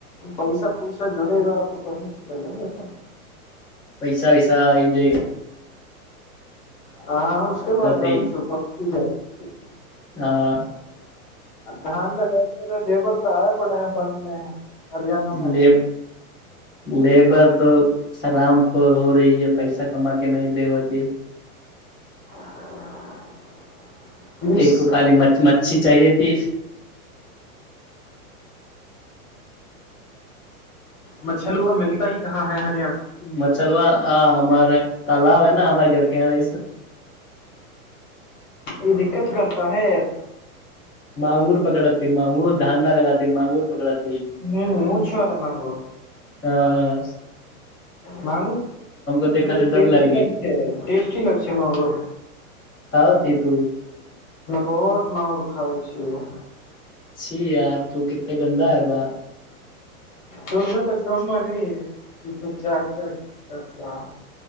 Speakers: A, on the left (about 30°); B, in the centre.
A: पैसा पुइसा जुड़ेगा तो कही चलेंगे फन
B: पैसा इस पैसा इ देख
A: ह उसके बाद जाउ
B: है
A: छौ पक्की जाउ <inaudible>
B: हँ
A: धान लगाे लेबर पे आय पड़े हैं पानी मे यहाँ हरियाणामे
B: लेब
A: आ
B: लेबर तो हरामखोर हो रही है पैसा कमा के नहि दे होती
A: <inaudible> तीस
B: एको खाली मच मच्छी चाहिए ती
A: मछलुह मिलता ही कहाँ है हर
B: मचलबा ह हमार तालाब है न हमारे घरके य इस
A: उ दिक्कत करता है
B: मांगुर पकड़त मांगुर धान नहि लगात मांगुर पकड़त
A: ह्म मूछवाला मांगुर
B: ह
A: मंग मांगुर
B: देखा तो डर
A: टेस्टी
B: लगी
A: लग छै टेस्टी लग छै मांगुर
B: सावत ही तू
A: बहुत मांगुर खाइ छी जे
B: छी यार तू कितना गन्दा है बा
A: तोरस तऽ कमबानि त त च च च